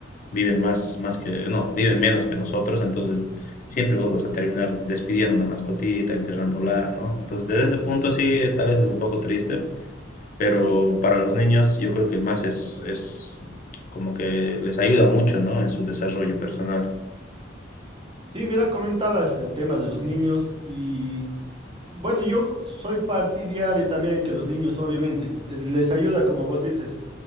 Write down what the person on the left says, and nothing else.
viven más, más que, no, viven menos que nosotros, entonces siempre vos vas a terminar despidiendo una mascotita, enterrándola, ¿no? Entonces, desde ese punto sí, tal vez es un poco triste, pero para los niños yo creo que más es, es como que les ayuda mucho, ¿no? En su desarrollo personal.